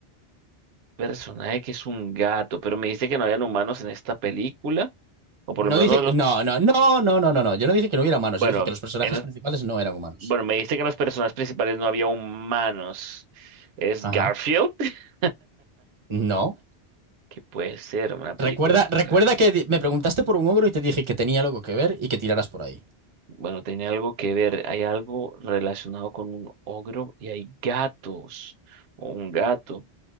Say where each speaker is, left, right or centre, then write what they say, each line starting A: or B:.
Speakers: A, on the right (about 70°); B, on the right (about 35°).
A: Personaje que es un gato, pero me dijiste que no habían humanos en esta película. O por lo
B: No
A: menos
B: dije,
A: no los
B: no, no, no, no, no, no, no. Yo no dije que no hubiera humanos.
A: Bueno,
B: Yo dije que los personajes
A: en los-
B: principales no eran humanos.
A: bueno, me dice que en los personajes principales no había humanos. ¿Es
B: Ajá.
A: Garfield? <laughs>
B: No.
A: que puede ser? Una película
B: Recuerda,
A: con
B: recuerda
A: gatos.
B: que di- me preguntaste por un ogro y te dije que tenía algo que ver y que tiraras por ahí.
A: Bueno, tenía algo que ver. Hay algo relacionado con un ogro y hay gatos. O un gato.